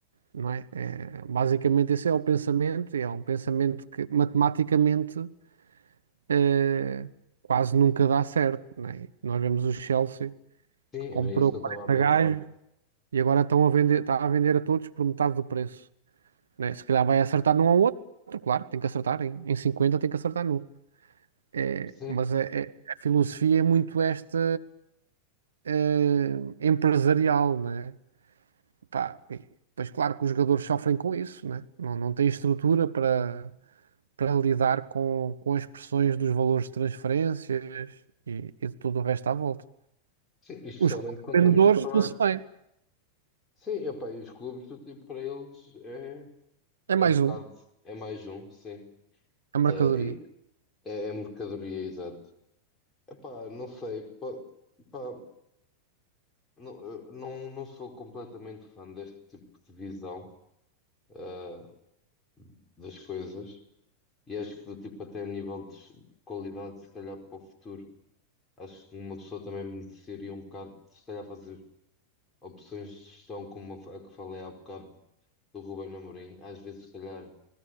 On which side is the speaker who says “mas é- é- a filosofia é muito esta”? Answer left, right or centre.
Right